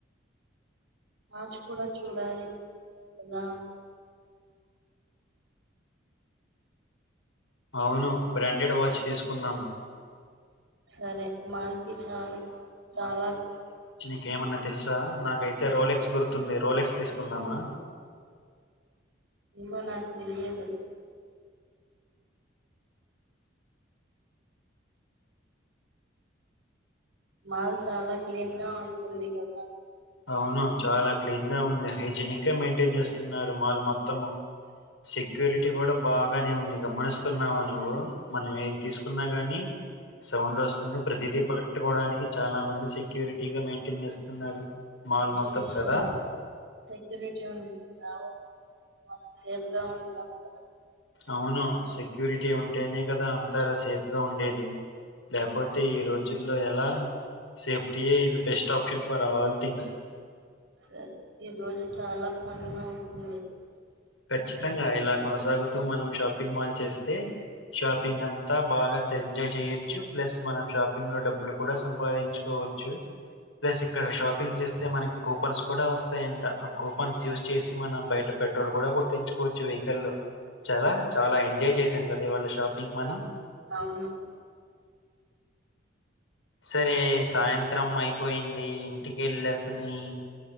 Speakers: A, on the right; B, on the left.
A: మ్యాచ్ కూడా చూడాలి కదా
B: అవును బ్రాండెడ్ వాచ్ తీసుకుందాం
A: సరే మాల్ కి చాలా చాలా
B: నాకేమన్నా తెలుసా నాకైతే రోలెక్స్ గుర్తుంది రోలెక్స్ తీసుకుందామా
A: ఏమో నాక్ తెలియదు మాల్ చాలా క్లీన్ గా ఉంటుంది కదా
B: అవును చాలా క్లీన్ గా ఉంది హైజనిక్ గా మెయింటైన్ చేస్తున్నారు మాల్ మొత్తము సెక్యూరిటీ కూడా బాగానే ఉంది గమనిస్తున్నావు నువ్వు మనం ఏం తీసుకున్నా ని సౌండ్ వస్తుంది ప్రతిదీ పకట్టుకోవడానికి చాలా మంది సెక్యూరిటీగా మెయింటైన్ చేస్తున్నారు మాల్
A: మంచి
B: మొత్తం
A: విషయం
B: కదా
A: సెక్యూరిటీ ఉంది రావొద్దు మనం సేఫ్గా ఉంటాం కదా
B: అవును సెక్యూరిటీ ఉంటేనే కదా అంతార సేఫ్గా ఉండేది లేకపోతే ఈ రోజుల్లో ఎలా సేఫ్టీయే బెస్ట్ ఆప్షన్ ఫర్ ఆల్ థటింగ్స్
A: సరే ఈ రోజు చాలా ఫన్ అవుతుంది
B: ఖచ్చితంగా ఇలా కొనసాగు మనం షాపింగ్ మాల్ చేస్తే షాపింగ్ అంతా బాగా ఎంజాయ్ చేయొచ్చు ప్లస్ మనం షాపింగ్ లో డబ్బులు కూడా సంపాదించుకోవచ్చు ప్లస్ ఇక్కడ షాపింగ్ చేస్త తే మనకి కూపన్స్ కూడా వస్తాయంట ఆ కూపన్స్ యూజ్ చేసి మనం బయట పెట్రోల్ కూడా కొట్టించుకోవచ్చు వెహికల్ చదా చాలా ఎంజాయ్ చేసాం కదా వాళ్ళ షాపింగ్ మనం
A: అవును
B: సరే సాయంత్ర చిత్రం అయిపోయింది ఇంటికి వెళ్ళతుని